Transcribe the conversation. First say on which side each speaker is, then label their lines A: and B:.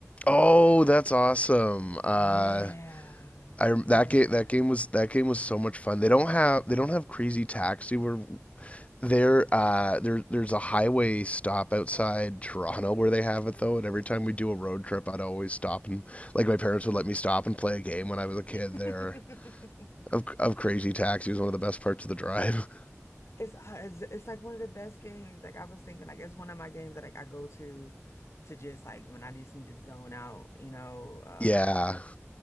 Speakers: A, on the left (about 25°); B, on the left (about 65°).
A: Oh, that's awesome. Uh,
B: Yeah,
A: I
B: yeah.
A: that game that game was that game was so much fun. They don't have they don't have Crazy Taxi where there uh there there's a highway stop outside Toronto where they have it though and every time we do a road trip I'd always stop and like my parents would let me stop and play a game when I was a kid
B: <laughs>
A: there of of Crazy Taxi was one of the best parts of the drive.
B: It's, uh, it's it's like one of the best games. Like I was thinking, like it's one of my games that like I go to to just like when I just need to zone out, you know, um,
A: <laughs> yeah.